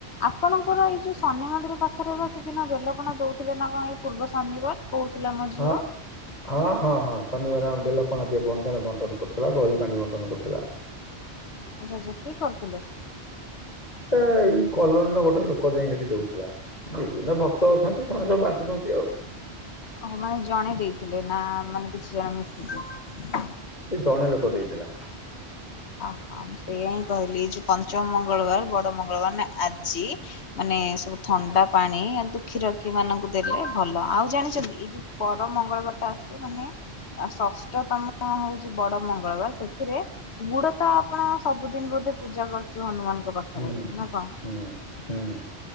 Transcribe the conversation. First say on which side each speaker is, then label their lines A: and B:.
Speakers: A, on the left; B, on the left.
A: ଆପଣଙ୍କର ଏଇ ଯୋଉ ଶନି ମନ୍ଦିର ପାଖରେ ବା ସେଦିନ ବେଲ ପଣା ଦଉଥିଲେ ନା କଣ ପୂର୍ବ ଶନିବାର? କହୁଥିଲା ମୋ ଝିଅ।
B: ହଁ ହଁ ହଁ ହଁ। ଶନିବାର ଆମ ବେଲ ପଣା ବଣ୍ଟନ ବଣ୍ଟନ କରିଥିଲା ଦହି ପାଣି ବଣ୍ଟନ କରିୁଥିଲା।
A: ଆଛା ଆଛା କିଏ କରିଥିଲେ?
B: ସେ ଏଇ କଲନି ର ଗୋଟେ ଲୋକ ଯାଇ ସେଇଠି ଦଉଥିଲା ବିଭିନ୍ନ ଭକ୍ତ ଅଛନ୍ତି ସେମାନେ ସବୁ ବାଟୁଛନ୍ତି ଆଉ।
A: ଓ ମାନେ ଜଣେ ଦେଇଥିଲେ ନା ମାନେ କିଛି ଜଣ ମିଶିକି।
B: ସେ ଜଣେ ଲୋକ ଦେଇଥିଲା।
A: ହଁ ମୁଁ ସେଇଆା ହିଁ କହିଲି ଏଇ ଯୋଉ ପଞ୍ଚମ ମଙ୍ଗଳବାର ବଡ ମଙ୍ଗଳବାର ଆଜି ମାନେ ସବୁ ଥଣ୍ଡା ପାଣି ଦୁଃଖୀରଖି ମାନଙ୍କୁ ଦେଲେ ଭଲ ଆଉ ଜାଣିଛନ୍ତି ଏଇ ଯୋଉ ପର ମଙ୍ଗଳବାର ଟା ଆସିବ ମାନେ ଷଷ୍ଠତମ ହଉଛି ବଡ ମଙ୍ଗଳବାର ସେଥିରେ ଆ ଗୁଡ ତ ଆପଣ ସବୁଦିନ ବୋଧେ ପୂଜା କରିୁଥିବେ ଅନୁମାନ ଆଙ୍କ ପାଖରେ
B: ହୁଁ
A: ନା କଣ
B: ହୁଁ ହୁଁ